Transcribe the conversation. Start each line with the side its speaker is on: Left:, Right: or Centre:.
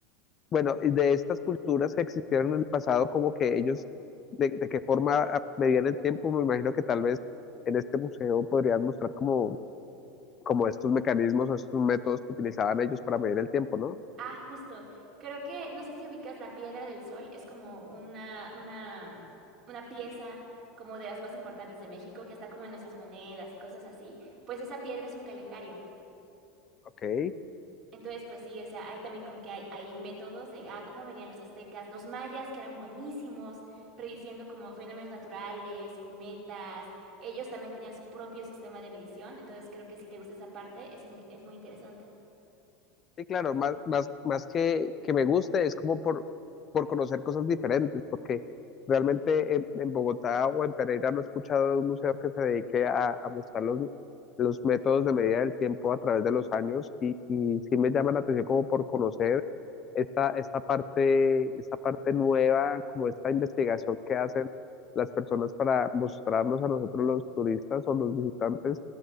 Left: bueno, y de estas culturas que existieron en el pasado, como que ellos, de, de qué forma a- medían el tiempo, me imagino que tal vez en este museo podrían mostrar como, como estos mecanismos o estos métodos que utilizaban ellos para medir el tiempo, ¿no?
Right: Ah, justo. Creo que, no sé si ubicas la Piedra del Sol, es como una, una, mm, una pieza como de las más importantes de México, que está como en nuestras monedas y cosas así. Pues esa piedra es un calendario.
Left: Ok.
Right: Entonces, pues sí, o sea, hay también como que hay, hay métodos de, ah, cómo venían los aztecas, los mayas, que eran buenísimos, prediciendo como fenómenos naturales, cometas. Ellos también tenían su propio sistema de medición. Entonces, creo que si te gusta esa parte, es muy, es muy interesante.
Left: Sí, claro, más, más, más que, que me guste es como por, por conocer cosas diferentes, porque realmente en, en Bogotá o en Pereira no he escuchado de un museo que se dedique a, a mostrar los, los métodos de medida del tiempo a través de los años y, y sí me llama la atención como por conocer esta, esta parte, esta parte nueva, como esta investigación que hacen las personas para mostrarnos a nosotros los turistas o los visitantes,